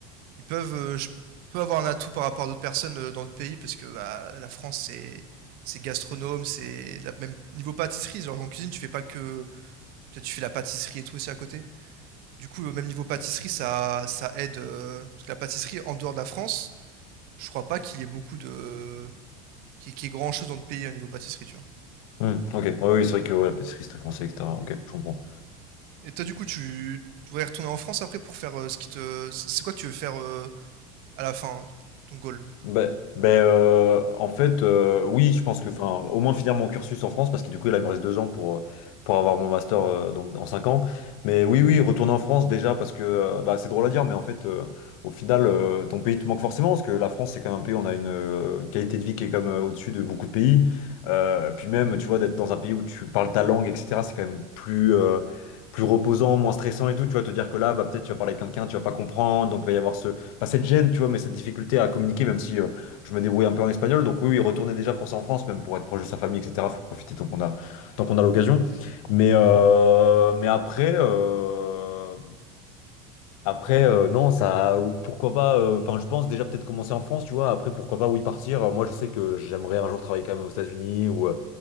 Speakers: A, on the right; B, on the left.
A: ils peuvent, heu, je peux avoir un atout par rapport à d'autres personnes, heu, dans d'autres pays parce que, bah, la France, c'est c'est gastronome, c'est la même niveau pâtisserie, genre en cuisine, tu fais pas que tu sais, tu fais la pâtisserie et tout aussi à côté. Du coup, euh, même niveau pâtisserie, ça, ça aide. euh, parce que la pâtisserie, en dehors de la France, je crois pas qu'il y ait beaucoup de. qu'il y, ait- qu'il y ait grand chose dans le pays au niveau pâtisserie, tu vois.
B: Hmm, ok, ouais, oui, c'est vrai que ouais, pâtisserie, c'était français, etc. Ok, je comprends.
A: Et toi, du coup, tu, tu voudrais retourner en France après pour faire euh, ce qui te. C'est c'est quoi que tu veux faire euh, à la fin, ton goal?
B: Ben, ben, euh, en fait, euh, oui, je pense que, enfin, au moins finir mon cursus en France, parce que du coup, là, il me reste deux ans pour, euh, pour avoir mon master euh, donc, dans cinq ans. Mais oui, oui, retourner en France déjà, parce que euh, bah, c'est drôle à dire, mais en fait, euh, au final, euh, ton pays te manque forcément, parce que la France, c'est quand même un pays où on a une, euh, une qualité de vie qui est comme euh, au-dessus de beaucoup de pays. Euh, puis même, tu vois, d'être dans un pays où tu parles ta langue, etc., c'est quand même plus. euh, plus reposant, moins stressant et tout, tu vas te dire que là, bah, peut-être tu vas parler avec quelqu'un, tu vas pas comprendre, donc il va y avoir ce, pas cette gêne, tu vois, mais cette difficulté à communiquer, même si euh, je me débrouille un peu en espagnol. Donc oui, oui, retourner déjà pour ça en France, même pour être proche de sa famille, etc. Faut profiter tant qu'on a, tant qu'on a l'occasion. Mais, euh, mais après, euh, après euh, non, ça, pourquoi pas. euh, Enfin, je pense déjà peut-être commencer en France, tu vois. Après, pourquoi pas, oui, partir. Moi, je sais que j'aimerais un jour travailler quand même aux États-Unis ou euh,